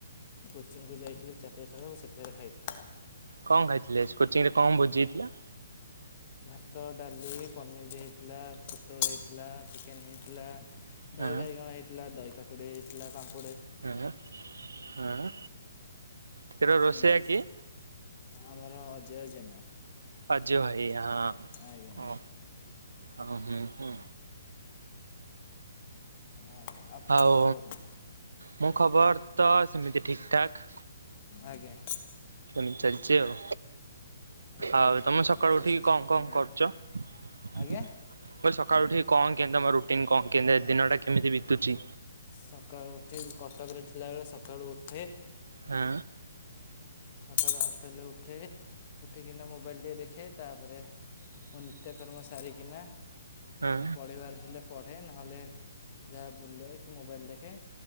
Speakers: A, on the left (about 40°); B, on the right (about 85°).
A: କୋଚିଂକୁ ଯାଇଥିଲିି ଚା ସେତିକିବେଳେ ଖାଇଲି।
B: କଣ ଖାଇଥିଲେ କୋଚିଂ ରେ କଣ ଭୋଜି ହେଇଥିଲା?
A: ଭାତ, ଡାଲି, ପନିର ହେଇଥିଲା, ପୋଟଳ ହେଇଥିଲା, ଚିକେନ୍ ହେଇଥିଲା।
B: ହଁ
A: ଦହି ବାଇଗଣ ହେଇଥିଲା, ଦହି କାକୁଡି ହେଇଥିଲା, ପାମ୍ପ
B: ହଁ ହଁ। ତୋର ରୋଷେଇଆ
A: ଏମତି
B: କିଏ?
A: ଆମର ଅଜୟ ଜେନା
B: ଜୟ ଭାଇ ଆ
A: ଆଜ୍ଞା
B: ହ ହ ହୁ ହୁ।
A: ଆଉ ଆପଣଙ୍କର
B: ଆଉ
A: ଖବର କଣ?
B: ମୋ ଖବର ତ ସେମିତି ଠିକ୍ ଠାକ୍।
A: ଆଜ୍ଞା।
B: ଏଇ ଚାଲିଛି ଆଉ।
A: ଆଜ୍ଞା
B: ଆଉ
A: ଆଜ୍ଞା
B: ତମେ
A: ଆପଣଙ୍କ
B: ସକାଳୁ
A: ଅଶେଷ
B: ଉଠିକି
A: ଅଶେଷ
B: କଣ
A: ଧନ୍ୟବାଦ
B: କଣ କରୁଛ? ମୁଁ
A: ଆଜ୍ଞା
B: କହିଲି ସକାଳୁ ଉଠି କଣ କେମିତି ତମ ରୁଟିନ କଣ କେମ୍ ଦିନଟା କେମିତି ବିତୁଛି?
A: ସକାଳୁ ଉଠି କଟକରେ ଥିଲାବେଳେ ସକାଳୁ ଉଠେ
B: ହଁ
A: ସକାଳୁ ହଷ୍ଟେଲରେ ଉଠେ ଉଠିକିନା ମୋବାଇଲ ଟିଏ ଦେଖେ ତାପରେ ମୁଁ ନିତ୍ୟକର୍ମ ସାରିକିନା
B: ହଁ
A: ପଢିବାର ଥିଲେ ପଢେ ନହେଲେ ଯାହା ବୁଲେ କି ମୋବାଇଲ ଦେଖେ।